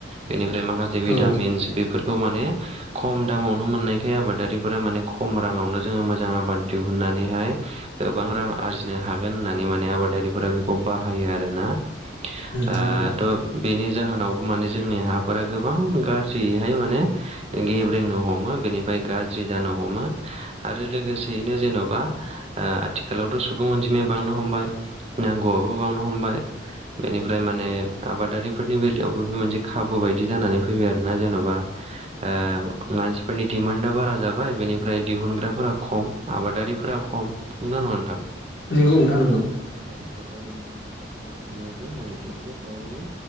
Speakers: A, on the right; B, on the left.
A: बेनिफ्राय माखासे भिटामिन्स
B: औ
A: बेफोर खौ माने खम दामावनो मोननायखाय आबादारिफोरा माने खम राङावनो जोङो मोजां आबाद दिहुनना नैहाय गोबां रां आरजिनो हागोन होननानै माने आबादारिफोरा बेखौ बाहायो आरोना। ओ
B: नंगौ नोंथां
A: थ' बेनि जाहोनावबो माने जोंनि हाफोरा गोबां गाज्रियैहाय माने गेब्रेंनो हमो बेनिफ्राय गाज्रि जानो हमो आरो लोगोसेयैनो जेन'बा ओ आथिखालावथ' सुबुं अनजिमाया बांनो हमबाय नांगौआबो बांनो हमबाय बेनिफ्राय माने आबादारिफोरनि बेलायावबो बे मोनसे खाबु बायदि जानानै फैबाय आरोना जेन'बा ओ मानसिफोरनि दिडिमान्डआ बारा जाबाय बेनिफ्राय दिहुनग्राफोरा खम आबादारिफोरा ख म नंना नङा नोंथां?
B: नंगौ नोंथां नंगौ
A: औ बेखायनो माने आदारिफोरा सानो जे आं एसे हायावनो